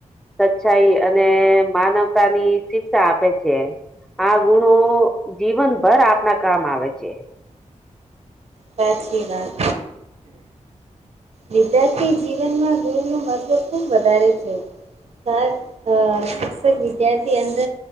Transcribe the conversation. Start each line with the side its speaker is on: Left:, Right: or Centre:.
Centre: સચાઈ અને માનવતાની શિક્ષા આપે છે. આ ગુણો જીવનભર આપણા કામ આવે છે.
Right: સાચી વાત વિદ્યાર્થી જીવનમાં ગુણનું મહત્ત્વ ખૂબ વધારે છે. સાર શિક્ષક વિદ્યાર્થી અંદર